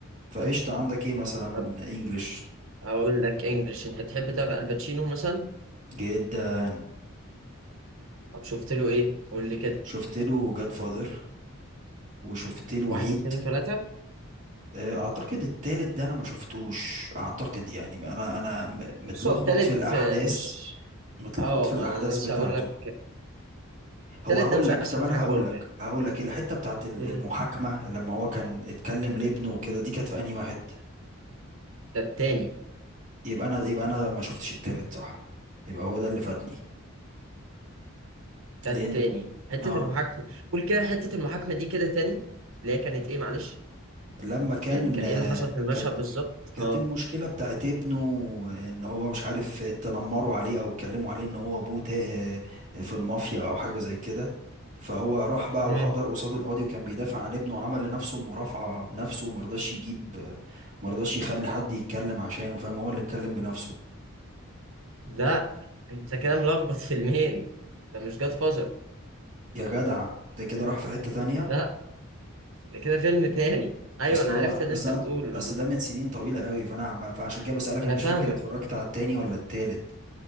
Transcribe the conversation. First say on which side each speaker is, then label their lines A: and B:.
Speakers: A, on the right (about 35°); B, on the right (about 70°).
A: فقشطة
B: فاهم.
A: عندك ايه مثلا
B: طب
A: انجلش
B: أقول لك إنجلش أنت تحب تابع الباتشينو مثلا؟
A: جدا
B: طب شفت له إيه؟ قول لي كده
A: شفت له جاد فاذر وشفت له
B: واحد
A: هيت
B: واثنين وثلاثة
A: آه، اعتقد التالت ده انا ما شفتوش اعتقد يعني انا انا م- متلخبط
B: بص هو التالت
A: في الاحداث
B: آه، مش
A: متلخبط
B: اه
A: في
B: ما
A: الاحداث
B: انا لسه
A: بتاعته
B: هقول لك التالت
A: هو هقول
B: ده مش
A: لك
B: احسن
A: طب انا
B: حاجه
A: هقول
B: برضو
A: لك
B: يعني
A: هقول لك الحته بتاعت ال-
B: مم.
A: المحاكمه لما هو كان اتكلم لابنه وكده دي كانت في انهي واحد
B: ده التاني
A: يبقى انا يبقى انا ما شفتش التالت صح يبقى هو ده اللي فاتني
B: ده
A: لان
B: التاني حته
A: اه
B: المحاكمه قول كده حته المحاكمه دي كده تاني اللي هي كانت ايه معلش
A: لما كان
B: يعني كان
A: آه،
B: ايه اللي حصل في المشهد
A: كانت
B: بالظبط
A: كانت
B: اه
A: المشكلة بتاعت ابنه ان هو مش عارف تنمروا عليه او اتكلموا عليه ان هو ابوه تا- في المافيا او حاجة زي كده فهو راح بقى
B: مم.
A: وحضر قصاد القاضي وكان بيدافع عن ابنه وعمل لنفسه مرافعة بنفسه ومرضاش يجيب مرضاش يخلي حد يتكلم عشانه فاهم هو اللي اتكلم بنفسه
B: لا انت كده ملخبط فيلمين ده مش جاد فازر
A: يا جدع ده كده راح في حتة تانية
B: لا ده كده فيلم تاني ايوه
A: اصل
B: انا
A: هو
B: عرفت اللي
A: اصل
B: انت بتقوله
A: أنا- اصل ده من سنين طويلة قوي فانا عم- فعشان كده بسألك انا
B: انا
A: مش
B: فاهمك
A: فاكر اتفرجت على التاني ولا التالت